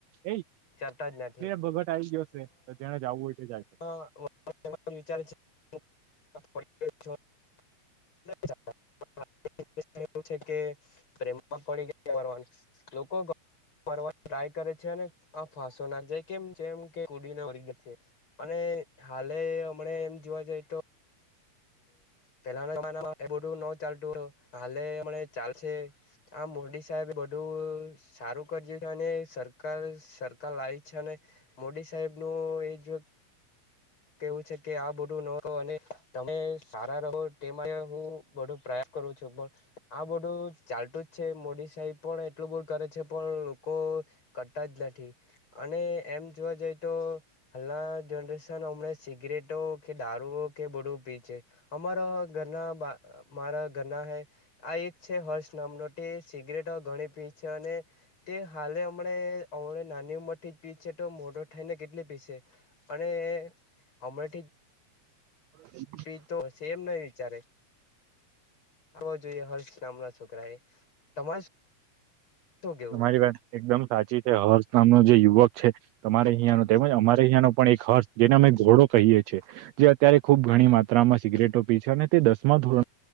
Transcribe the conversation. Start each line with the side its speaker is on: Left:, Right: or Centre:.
Right: એઈ
Left: વિચારતા જ નથી.
Right: બગટ આવી ગયો છે તો જેને જવું હોય તે જાય.
Left: વિચ છે <unintelligible> છ <unintelligible> <unintelligible> કે પ્રેમમાં પડી ગયા લોકો. ફરવા ટ્રાય કરે છે, અને આ ફાંસો નાખ જાય, કેમ જેમ કેડી અને હાલે હમણા એમ જોવા જઈએ તો. પેલાના જમાનામાં એ બધું ન ચાલતું, હાલે અમણા ચાલશે. આ મોરડી સાહેબ બધું. સારું કરીજે છે, અને સરકાર સરકાર લાવી છે, અને મોડી સાહેબ નું એજ. કેવું છે કે, આ બધું ન, અને તમે સારા રહો તેમાં હું બધો પ્રયાસ. કરો છો, પણ આ બધું ચાલતું જ છે, મોદી સાહેબ પણ એટલું બહુ કરે છે, પણ લોકો કરતા જ નથી, અને એમ જોવા જઈ તો હાલના જનરેશન હમ, સિગરેટો કે દારૂઓ કે બડું પી છે, અમારા હો ઘરના બાર મારા ઘરના હે આ એક છે, હર્ષ નામનો સિગરેટ ગણી પી છે, અને એ હાલે હમણા અમણા નાની ઉંમર થી જ પી છે, તો મોટો થઇને કેટલી પીસે અને અમણાથી જ
Right: હ.
Left: પી તો સ એમ નહ વિચારે <unintelligible> આવ જોઈએ, હર્ષ નામના છોકરા એ તમારે. શું કેવું
Right: તમારી વાત એકદમ સાચી છે, હર્ષ નામનો જે યુવક છે. તમારે અહિયાંનો તેમજ અમારે અહીંનો પણ એક હર્ષ જેને અમે ઘોડો કહીએ છીએ. જે અત્યારે ખુબ ઘણી માત્રામાં સિગરેટો પી છે, અને તે દસ ધોરણ